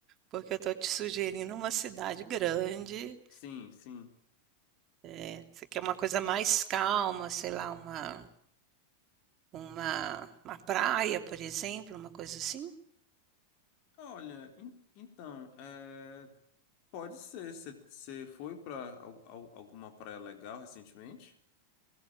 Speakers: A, on the right; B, on the left.
A: Porque eu estou te sugerindo uma cidade grande,
B: Sim, sim.
A: é, você quer uma coisa mais calma, sei lá, uma, uma, uma praia, por exemplo, uma coisa assim.
B: Olha, en- então, é, pode ser. Você foi para alguma praia legal recentemente?